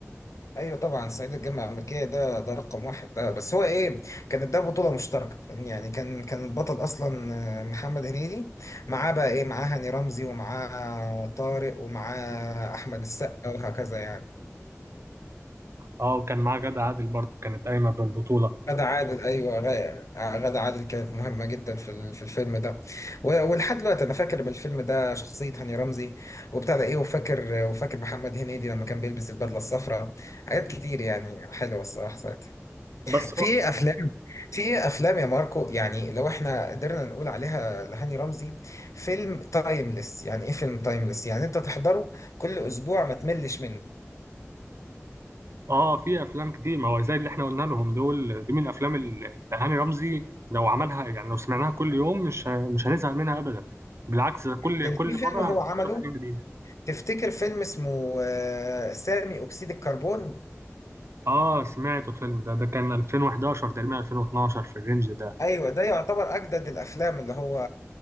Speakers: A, on the left; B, on the right.
A: ايوه طبعا صعيدي في الجامعه الامريكيه ده ده رقم واحد ده بس هو ايه كانت ده بطوله مشتركه فاهمني يعني كان كان البطل اصلا آه، محمد هنيدي معاه بقى ايه معاه هاني رمزي ومعاه طارق ومعاه احمد السقا وهكذا يعني
B: اه وكان معاه غادة عادل برضه كانت قايمة بالبطولة
A: غادة عادل ايوه غا- غادة عادل كانت مهمه جدا في ال- في الفيلم ده و- ولحد دلوقتي انا فاكر من الفيلم ده شخصيه هاني رمزي وبتاع ده ايه وفاكر وفاكر محمد هنيدي لما كان بيلبس البدله الصفراء حاجات كتير يعني حلوه الصراحه ساعتها
B: بس
A: في
B: هو
A: ايه افلام في ايه افلام يا ماركو يعني لو احنا قدرنا نقول عليها لهاني رمزي فيلم تايمليس يعني ايه فيلم تايمليس يعني انت تحضره كل اسبوع ما تملش منه
B: اه في أفلام كتير ما هو زي اللي احنا قلنا لهم دول دي من الأفلام اللي اللي هاني رمزي لو عملها يعني لو سمعناها كل يوم مش ه- مش هنزهق منها أبدا بالعكس ده كل
A: كان
B: كل
A: في فيلم
B: مرة
A: هو عمله
B: نشوف حاجة جديدة
A: تفتكر فيلم اسمه آه، سامي اكسيد الكربون
B: اه سمعته الفيلم ده ده كان 2011 تقريبا 2012 في الرينج ده
A: ايوه ده يعتبر اجدد الافلام اللي هو